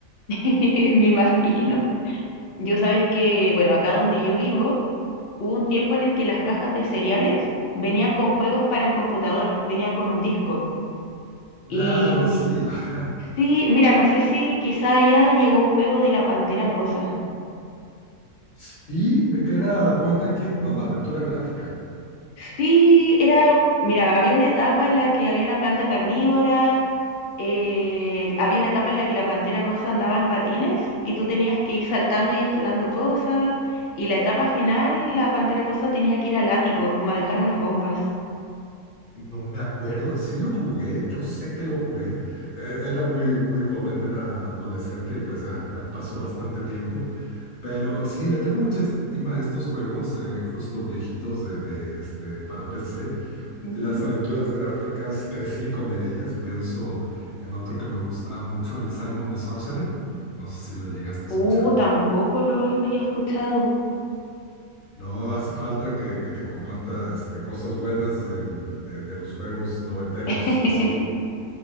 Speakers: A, on the left (about 60°); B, on the left (about 40°).
A: <laughs> Me imagino. Yo sabes que, bueno, acá donde yo vivo, hubo un tiempo en el que las cajas de cereales venían con juegos para el computador, venía con un disco.
B: Claro,
A: Y
B: sí, ajá.
A: sí, mira, no sé si quizá ya llegó un juego de la Pantera Rosa.
B: Sí, eh, que era point and click, ¿no? Aventura gráfica.
A: Sí, era, mira, había una etapa en la que había una planta carnívora, eh, había una etapa en la que la Pantera Rosa andaba en patines y tú tenías que ir saltando y esquivando cosas. Y la etapa final, la Pantera Rosa tenía que ir al ático, como a dejar unas bombas.
B: No me acuerdo, sí lo jugué, yo sé que lo jugué, eh, era muy, muy joven, era adolescente y pues ya, ya pasó bastante tiempo, pero sí, le tengo mucha estima a estos juegos, eh, justo viejitos de, de, este, para PC.
A: Ujú.
B: Las aventuras gráficas crecí con ellas, pienso en otro que me gustaba mucho, el Simon the Sorcerer, no sé si lo llegaste a
A: Uh,
B: escuchar.
A: tampoco lo había escuchado.
B: No, hace falta que, que te comparta este, cosas buenas del- de, de los juegos noventeros,
A: <laughs>
B: sí.